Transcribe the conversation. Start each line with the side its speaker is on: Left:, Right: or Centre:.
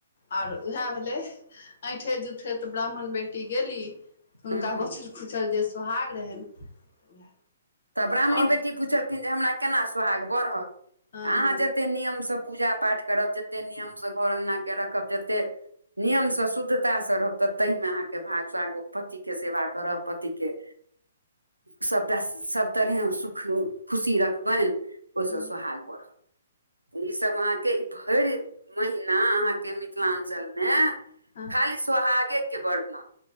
Left: आर उएह भेलै। ऐंठे जुठे तऽ ब्राह्मण बेटी गेली। तऽ हुनका
Right: हूँ
Left: बछल खुछल जे सोहाग रहनि तऽ उएह।
Right: तऽ ब्राह्मणी
Left: आओर
Right: बेटी पुछलखिन जे हमरा केना सोहाग बढ़त
Left: हँ
Right: अहाँ
Left: हँ
Right: जते नियम सब पूजा पाठ करब जतेक नियमसँ घर अङ्गनाके रखब जतेक नियम से शुद्धता से रहब तऽ तहि मे अहाँके भाग साग पति के सेवा करब पति के सबटा सब तहरे सुखो खुशी रखबैन ओह सँ
Left: हँ
Right: सुहाग बढ़व उही सब वहाँ। के ई भरि महिना अहाँके मिथिलाञ्चल मे
Left: हँ
Right: खाली सोहागे के वर्णन